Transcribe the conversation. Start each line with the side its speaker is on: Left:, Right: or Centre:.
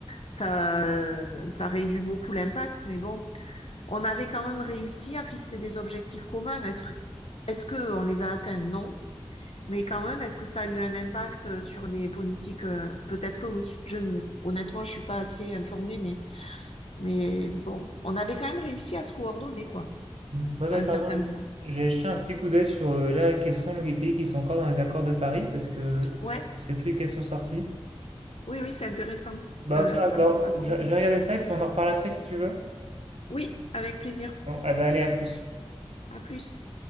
Left: ça, euh, ça réduit beaucoup l'impact. Mais bon, on avait quand même réussi à fixer des objectifs communs. Est-ce que, est-ce que on les a atteints? Non. Mais quand même, est-ce que ça a eu un impact euh, sur les politiques? euh, Peut-être que oui. Je, ne- honnêtement, je suis pas assez informée, mais mais bon, on avait quand même réussi à se coordonner, quoi,
Right: Hmm. Ouais, bah,
Left: à un
Right: t'as
Left: certain
Right: raison.
Left: moment.
Right: J'ai jeté un petit coup d'œil sur euh, là, quels sont les pays qui sont encore dans les accords de Paris parce que
Left: Ouais,
Right: je sais plus lesquels sont sortis.
Left: oui, oui, c'est intéressant.
Right: Bah,
Left: Ça,
Right: au pire,
Left: ça,
Right: bah,
Left: ça compte.
Right: je je vais regarder ça et puis on en reparle après si tu veux.
Left: Oui, avec plaisir.
Right: Bon, ah bah, allez, à plus.
Left: À plus.